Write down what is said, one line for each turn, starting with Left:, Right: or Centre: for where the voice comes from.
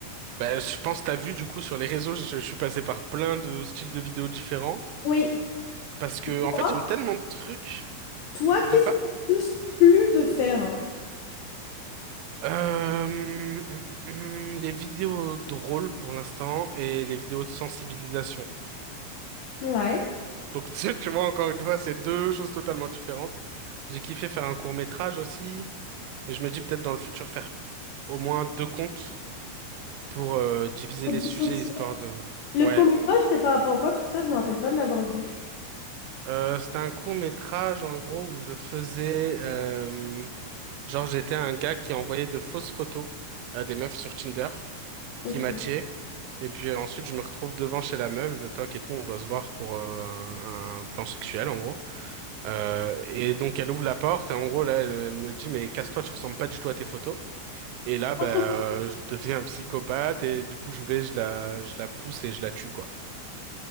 Right: Bah, je pense que t'as vu du coup sur les réseaux, je, je suis passé par plein de styles de vidéos différents
Left: Oui.
Right: parce que
Left: Et Toi,
Right: en fait j'aime tellement de trucs.
Left: toi,
Right: De
Left: qu'est-ce
Right: quoi?
Left: qui t'a le plus plu de faire?
Right: Euh, hum, hum, hum, les vidéos drôles pour l'instant et les vidéos de sensibilisation.
Left: Ouais.
Right: Donc <laughs> tu, tu vois encore une fois, c'est deux choses totalement différentes. J'ai kiffé faire un court-métrage aussi et je me dis peut-être dans le futur faire au moins deux comptes pour euh, diviser
Left: Faut
Right: les
Left: dissocier.
Right: sujets histoire de
Left: Le
Right: ouais
Left: court-métrage, c'était par rapport à quoi? Parce que ça, je me rappelle pas de l'avoir vu.
Right: Euh, c'était un court-métrage, en gros, où je faisais... euh, genre, j'étais un gars qui envoyait de fausses photos à des meufs sur Tinder,
Left: Ok.
Right: qui matchaient. Et puis euh, ensuite, je me retrouve devant chez la meuf, je toque et tout, on doit se voir pour euh, un, un plan sexuel, en gros. Euh, et donc, elle ouvre la porte, et en gros, là, elle, elle me dit, mais casse-toi, tu ressembles pas du tout à tes photos. Et là, bah,
Left: <laughs>
Right: euh, je deviens un psychopathe, et du coup, je vais, je la, je la pousse et je la tue, quoi.